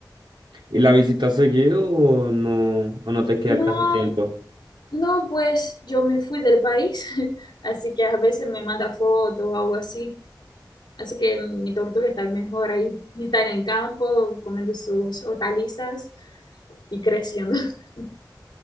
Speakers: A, on the right; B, on the left.
A: ¿Y la visitas seguido o no, o no te queda
B: No,
A: casi tiempo?
B: No, pues yo me fui del país, <laughs> así que a veces me manda fotos o algo así. Así que mi tortuga está mejor ahí. Está en el campo, comiendo sus hortalizas y creciendo. <laughs>